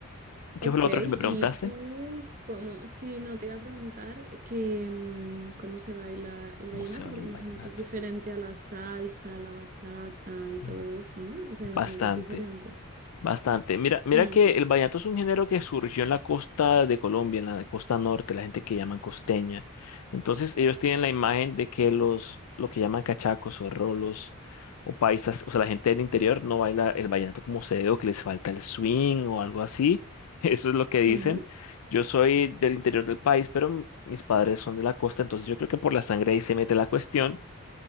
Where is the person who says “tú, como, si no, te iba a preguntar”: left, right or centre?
Right